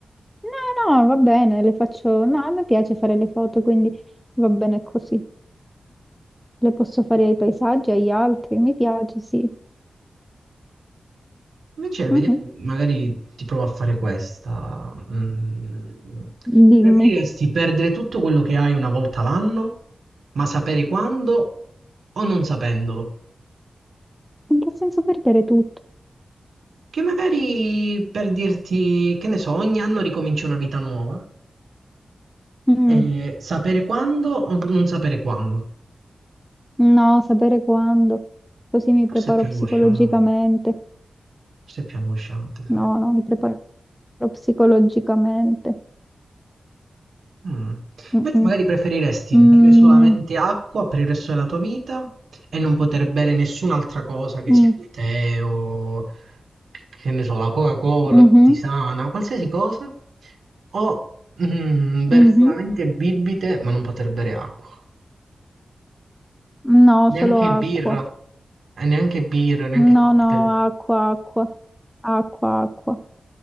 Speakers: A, in the centre; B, on the right.
A: No, no, va bene, le faccio... No, a me piace fare le foto, quindi va bene così. Le posso fare ai paesaggi, agli altri, mi piace, sì.
B: Invece, vediamo,
A: Mhm.
B: magari ti provo a fare questa. Mm.
A: Dimmi,
B: Preferiresti perdere tutto quello che hai una volta l'anno, ma sapere quando o non sapendolo?
A: in che senso perdere tutto?
B: Che magari per dirti, che ne so, ogni anno ricominci una vita nuova.
A: Mm,
B: E sapere quando o non sapere quando?
A: No, sapere quando, così mi
B: Forse
A: preparo
B: è più angosciante,
A: psicologicamente.
B: forse è più angosciante, sai?
A: No, no, mi preparo psicologicamente.
B: Mm.
A: Mm-mm.
B: Invece magari preferiresti
A: Mm,
B: bere solamente acqua per il resto della tua vita e non poter bere nessun'altra cosa che
A: mm,
B: sia il tè o che ne so, la Coca-Cola,
A: mhm,
B: la tisana, qualsiasi cosa, o mm, bere
A: mhm.
B: solamente bibite ma non poter bere acqua,
A: No,
B: neanche
A: solo acqua.
B: birra, eh, neanche birra, neanche
A: No,
B: cocktail.
A: no, acqua, acqua, acqua, acqua.